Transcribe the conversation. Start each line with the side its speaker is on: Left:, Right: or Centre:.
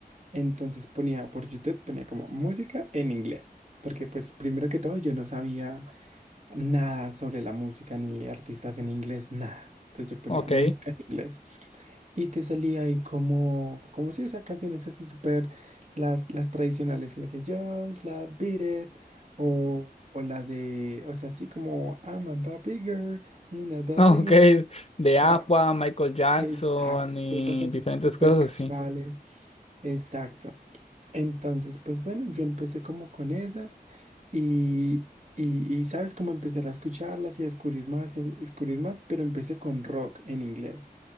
Right: Entonces ponía por YouTube, ponía como música en inglés, porque pues primero que todo yo no sabía nada sobre la música ni artistas en inglés, nada. Entonces yo ponía
Left: ok,
Right: música en inglés y te salía ahí como, como si, o sea, canciones así súper, las, las tradicionales, la que Just la Beat It o, o la de, o sea, así como I'm a bad bigger in a
Left: <laughs>
Right: bad
Left: ok.
Right: big world",
Left: De
Right: O
Left: Aqua,
Right: sea,
Left: Michael Jackson
Right: exacto,
Left: y
Right: cosas así
Left: diferentes
Right: súper
Left: cosas
Right: casuales.
Left: así.
Right: Exacto. Entonces, pues bueno, yo empecé como con esas y, y, y, sabes cómo empezar a escucharlas y a descubrir más, y a descubrir más, pero empecé con rock en inglés,